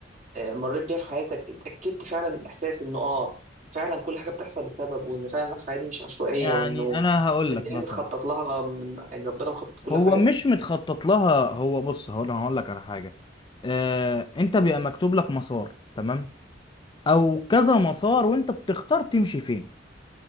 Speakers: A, on the right; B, on the left.
A: آه، مريت بيها في حياتك اتأكدت فعلا من إحساس إنه آه فعلا كل حاجة بتحصل لسبب وإن فعلا الحياة دي مش عشوائية
B: يعني
A: وإنه
B: انا هقول
A: الدنيا
B: لك مثلا
A: متخطط لها من يعني ربنا مخطط كل
B: هو
A: حاجة
B: مش متخطط لها هو بص هقول انا هقول لك على حاجه آه، انت بيبقى مكتوب لك مسار تمام او كذا مسار وانت بتختار تمشي فين